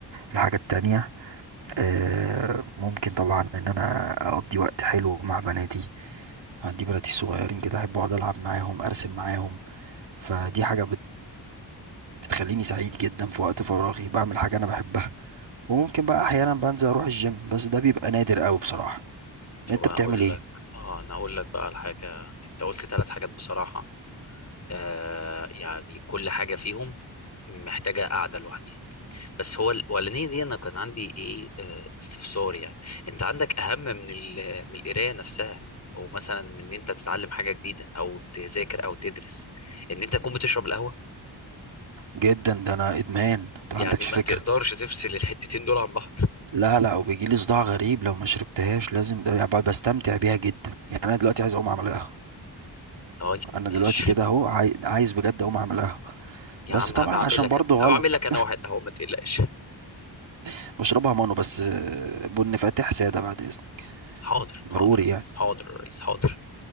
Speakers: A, on the right (about 80°); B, on the left (about 40°).
A: الحاجة التانية آه، ممكن طبعا إن أنا أقضي وقت حلو مع بناتي عندي بناتي الصغيرين كده أحب أقعد ألعب معاهم أرسم معاهم فدي حاجة بت بتخليني سعيد جدا في وقت فراغي بعمل حاجة أنا بحبها وممكن بقى أحيانا بنزل أروح الجيم بس ده بيبقى نادر أوي بصراحة
B: فبقى
A: أنت بتعمل
B: اقول
A: إيه؟
B: لك اه انا اقول لك بقى على حاجة انت قلت ثلاث حاجات بصراحة آه يعني كل حاجة فيهم محتاجة قعدة لوحديها بس هو الاولانيه دي انا كان عندي ايه آه، استفسار يعني انت عندك اهم من ال- من القرايه نفسها او مثلا من ان انت تتعلم حاجه جديده او تذاكر او تدرس ان انت تكون بتشرب القهوه
A: جدا ده أنا إدمان أنت ما
B: يعني
A: عندكش
B: ما
A: فكرة
B: تقدرش تفصل الحتتين دول عن بعض
A: لا لا وبيجيلي صداع غريب لو ما شربتهاش لازم ده يعني بستمتع بيها جدا يعني أنا دلوقتي عايز أقوم أعمل قهوة
B: طيب
A: أنا
B: ماشي
A: دلوقتي كده أهو عاي- عايز بجد أقوم أعمل قهوة
B: <laughs> يا
A: بس
B: عم
A: طبعا
B: هبقى اعمل
A: عشان
B: لك
A: برضو
B: انا
A: غلط
B: هبقى اعمل لك انا واحد قهوه ما تقلقش
A: <laughs> بشربها مانو بس آه، بن فاتح سادة بعد إذنك
B: حاضر حاضر
A: ضروري
B: يا ريس
A: يعني
B: حاضر يا ريس حاضر